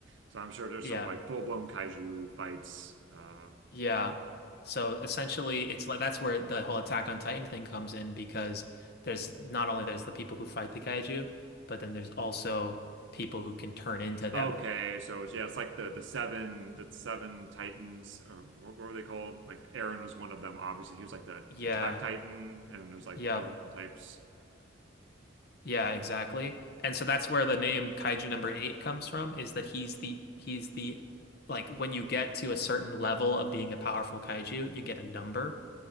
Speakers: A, on the right; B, on the left.
A: So I'm sure there's
B: yeah
A: some like full-blown kaiju fights. Uh,
B: Yeah. So essentially it's like that's where the whole Attack on Titan thing comes in because there's not only there's the people who fight the kaiju, but then there's also people who can turn into them.
A: Okay, so it's, yeah, it's like the the seven the seven Titans or what, what were they called? Like Aaron was one of them, obviously. He was like the
B: Yeah.
A: attack Titan, and there's like
B: Yeah.
A: all the different types.
B: Yeah, exactly. And so that's where the name Kaiju number 8 comes from is that he's the he's the like when you get to a certain level of being a powerful kaiju, you get a number,